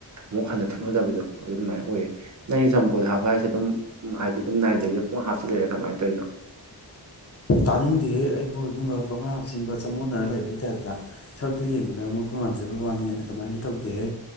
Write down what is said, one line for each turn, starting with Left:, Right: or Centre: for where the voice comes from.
Right: ꯑꯃꯨꯛ ꯍꯟꯅ ꯊꯣꯛꯅꯗꯕꯗꯣ ꯑꯗꯨ ꯑꯗꯨꯃꯥꯏꯅ ꯑꯣꯏꯌꯦ ꯅꯪꯒꯤ ꯖꯝꯕꫭꯗ ꯍꯥꯞꯄ ꯍꯥꯏꯁꯦ ꯑꯗꯨꯝ ꯍꯥꯏꯗꯤ ꯑꯗꯨꯝ ꯅꯥꯏꯗꯕꯤꯗ ꯄꯨꯡꯍꯥꯞ ꯍꯥꯞꯆꯤꯜ ꯂꯤꯔ ꯀꯃꯥꯏꯅ ꯇꯧꯔꯤꯅꯣ
Left: ꯇꯥꯅꯤꯡꯗꯦꯍꯦ ꯑꯩꯕꯨ ꯑꯗꯨꯝꯕ ꯄꯨꯡꯍꯥꯞ ꯍꯥꯞꯆꯤꯟꯕ ꯆꯃꯣꯠꯅꯔ ꯂꯩꯕꯒꯤ ꯇꯥꯏꯞꯇ ꯁꯛꯇꯨ ꯌꯦꯡꯕꯗ ꯑꯃꯣꯠꯄ ꯃꯥꯟꯖꯕꯩ ꯋꯥꯅꯤ ꯑꯗꯨꯃꯥꯏꯅꯗꯤ ꯇꯧꯗꯦꯍꯦ